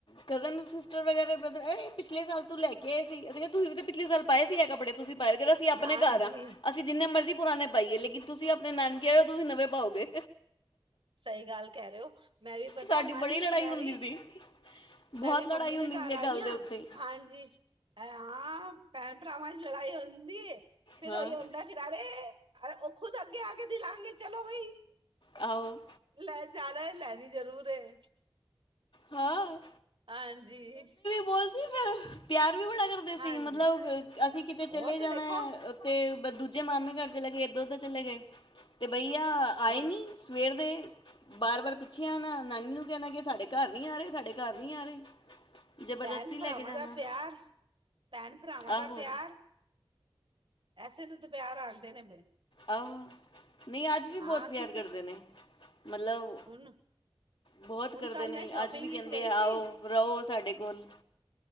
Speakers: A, on the left; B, on the right.
A: ਕਜ਼ਨ ਸਿਸਟਰ ਵਗੈਰਾ ਬ੍ਰਦਰ ਪਿਛਲੇ ਸਾਲ ਤੂੰ ਲੈ ਕੇ ਆਏ ਸੀ, ਤੁਸੀਂ ਤਾਂ ਪਿਛਲੇ ਸਾਲ ਪਾਏ ਸੀ ਆ ਕਪੜੇ। ਤੁਸੀਂ ਪਾਈ ਚਲੋ ਅਸੀਂ ਆਪਣੇ
B: ਹਾਂਜੀ
A: ਘਰ ਆ ਅਸੀਂ ਅਸੀਂ ਜਿੰਨੇ ਮਰਜ਼ੀ ਪੁਰਾਣੇ ਪਾਈਏ ਲੇਕਿਨ ਤੁਸੀਂ ਆਪਣੇ ਨਾਨਕੇ ਆ ਹੋ ਤੁਸੀਂ ਨਵੇਂ ਪਾਓਗੇ।
B: ਸਹੀ ਗੱਲ ਕਹਿ ਰਹੇ ਹੋ। ਮੈਂ ਵੀ ਪਤਾ
A: ਸਾਡੀ
B: ਮਨ
A: ਬੜੀ ਲੜਾਈ
B: ਚ ਮੈਂ
A: ਹੁੰਦੀ
B: ਵੀ
A: ਸੀ ਬਹੁਤ
B: ਮੈਂ ਵੀ
A: ਲੜਾਈ
B: ਮੰਮੀ
A: ਹੁੰਦੀ
B: ਦੇ ਘਰ
A: ਸੀ ਇਹ
B: ਆਈ
A: ਗੱਲ
B: ਹਾਂ
A: ਦੇ ਉੱਤੇ
B: ਹਾਂਜੀ। ਹਾਂ ਭੈਣ ਭਰਾਵਾਂ ਚ ਲੜਾਈ ਹੁੰਦੀ ਫਿਰ
A: ਹਾਂ
B: ਉਹੀ ਹੁੰਦਾ ਫਿਰਾਰੇ ਉਹ ਖੁਦ ਅੱਗੇ ਆ ਕੇ ਦਿਲਾਂਗੇ ਚਲੋ ਬਈ।
A: ਆਹੋ।
B: ਲੈ ਜਾਣਾ ਹੈ, ਲੈਣੀ ਜ਼ਰੂਰ ਏ।
A: ਹਾ
B: ਹਾਂਜੀ।
A: ਬੋਲ ਸੀ ਫਿਰ, ਪਿਆਰ ਵੀ ਬੜਾ ਕਰਦੇ ਸੀ।
B: ਹਾਂਜੀ
A: ਮਤਲਬ ਅਸੀਂ ਕਿਤੇ ਚਲੇ
B: ਉਹ ਤੇ
A: ਜਾਣਾ
B: ਦੇਖੋ
A: ਏ ਤੇ, ਦੂਜੇ ਮਾਮੇ ਘਰ ਚਲੇ ਗਏ, ਇੱਧਰ-ਓਧਰ ਚਲੇ ਗਏ, ਤੇ ਬਈਆ
B: ਉਹ
A: ਆਏ ਨੀ। ਸਵੇਰ ਦੇ ਬਾਰ-ਬਾਰ ਪਿੱਛੇ ਆਨਾ, ਨਾਨੀ ਨੂੰ ਕਹਿਣਾ, ਕਿ ਸਾਡੇ ਘਰ ਨੀ ਆ ਰਹੇ, ਸਾਡੇ ਘਰ ਨੀ ਆ ਰਹੇ। ਜ਼ਬਰਦਸਤੀ
B: ਭੈਨ-ਭਰਾਵਾਂ
A: ਲੈ ਕੇ ਜਾਣਾ
B: ਦਾ ਪਿਆਰ, ਭੈਨ- ਭਰਾਵਾਂ ਦਾ
A: ਆਹੋ
B: ਪਿਆਰ ਐਸੇ ਨੂੰ ਤਾ ਪਿਆਰ ਆਖਦੇ ਨੇ, ਫਿਰ।
A: ਅ ਨਹੀਂ ਆਜ ਵੀ ਬਹੁਤ
B: ਹਾਂ
A: ਪਿਆਰ
B: ਕਿਉਂਕਿ
A: ਕਰਦੇ ਨੇ, ਮਤਲਬ
B: ਹੁਣ
A: ਬਹੁਤ
B: ਹੁਣ
A: ਕਰਦੇ
B: ਕੱਲ
A: ਨੇ,
B: ਮੈਂ ਸ਼ੋਪਿੰਗ
A: ਅੱਜ ਵੀ ਕਹਿੰਦੇ
B: ਵਿੱਚ ਗਈ
A: ਆ, ਆਓ,
B: ਸੀ
A: ਰਹੋ ਸਾਡੇ ਕੋਲ।